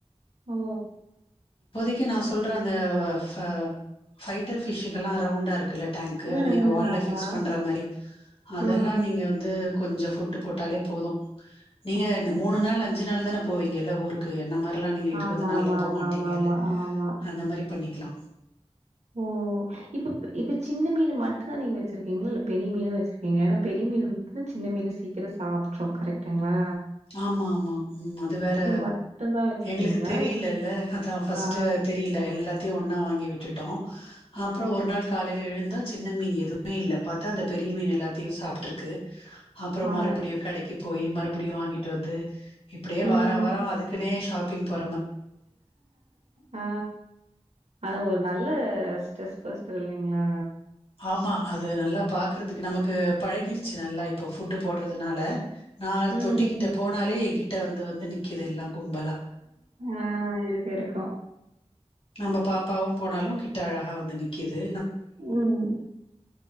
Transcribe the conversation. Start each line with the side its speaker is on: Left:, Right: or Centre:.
Right: ஓ
Left: க்கி நா சொல்ற அந்த ஃப ஃபைட்டர் ஃபிஷ்கெல்லா ரவுண்டா இருக்குல்ல டேங்கு
Right: ம்,
Left: அத நீங்க
Right: ம்.
Left: வால்ல
Right: ஆமா.
Left: பிக்ஸ் பண்ற மாரி அதெல்லா
Right: ஆ.
Left: நீங்க வந்து கொஞ்சு ஃபுட்டு போட்டாலே போது நீங்க
Right: ஓகே.
Left: இந்த மூணு நாள் அஞ்சு நாள் தான போவிங்கல்ல ஊருக் கு என்ன மாரிலா நீங்க இருபது
Right: ஆமா,
Left: நாள்லா
Right: ஆமா,
Left: போமாட்டிங்கல
Right: ஆமா, ஆமா, ஆமா, ஆமா.
Left: அந்த மாரி பண்ணிக்கலா
Right: ஓ இப்பப் இப்ப சின்ன மீனு மட்டுந்தா நீங்க வெச்சிருக்கிங்ளா இல்ல பெரிய மீனு வெச்சிருக்கிங்ளா ஏனா பெரிய மீன் இருந்ததுனா சின்ன மீன சீக்கிர சாப்ட்ரு கரெக்டுங்ளா
Left: ஆமா ஆமா ம் அது வேற
Right: மட்டும் தான் வச்சிருக்கீங்களா?
Left: எங்களுக்கு தெரியலல்ல அதா ஃபஸ்ட்டு
Right: ஆ,
Left: தெரில எல்லா த்தையு ஒன்னா வாங்கி விட்டுட்டோ அப்ற
Right: ஆ,
Left: ஒரு நாள் காலைல எழு ந்தா சின்ன மீன் எதுவுமே இல்ல பாத்தா அந்த பெரிய மீன் எல்லாத்தையு சாப்ட்ருக்கு அப்பற
Right: அட
Left: மறுபடியு கடைக்கு போய் மறுபடியு வாங்கிட் டு வந்து இப்பிடியே
Right: ம்.
Left: வாரா வார அதுக்குனே ஷாப் பிங் போ
Right: ஆ ஆனா ஒரு நல்ல ஸ்ட்ரெஸ் பஸ்ட்டர் இல்லைங்ளா
Left: ஆமா அது நல்லா பாக்கறதுக்கு நமக்கு பழகிருச்சு நல்லா இப்போ ஃபுட்டு் போடறதுனால நா
Right: ம்.
Left: தொட்டிகிட்ட போனாலே எ கிட் ட வந்து வந்து நிக்குது எல்லா கும்பலா
Right: ஆ இருக்கு இருக்கு
Left: நம்ப பாப் பாவு போனாலு கிட்ட அழகா வந்து நிக் கிது
Right: ம்